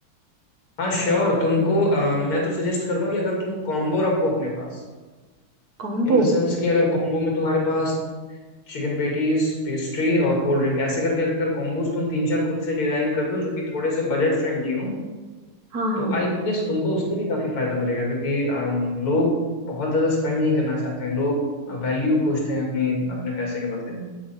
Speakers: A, on the left (about 75°); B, on the right (about 50°).
A: हाँ श्योर तुमको अ, मैं तो सजेस्ट करूंगा कि अगर तुम कॉम्बो रखो अपने पास
B: कॉम्बो
A: इन द सेंस कि अगर कॉम्बो में तुम्हारे पास चिकन पेटीज पेस्ट्री और कोल्ड ड्रिंक ऐसे करके अगर कॉम्बोज तुम तीन चार खुद से डिजाइन कर लो जो कि थोड़े से बजट फ्रेंडली हो
B: हाँ
A: तो
B: हाँ
A: आई गेस तुमको उससे भी काफी फायदा मिलेगा क्योंकि अम, लोग बहुत ज्यादा स्पेंड नहीं करना चाहते हैं लोग वैल्यू खोजते हैं अपनी अपने पैसे के बदले में